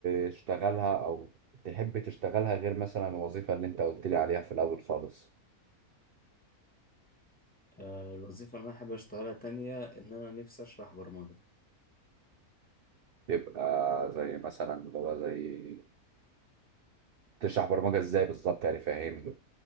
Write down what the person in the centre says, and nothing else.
آه الوظيفه اللي انا حابب اشتغلها تانية ان انا نفسي اشرح برمجه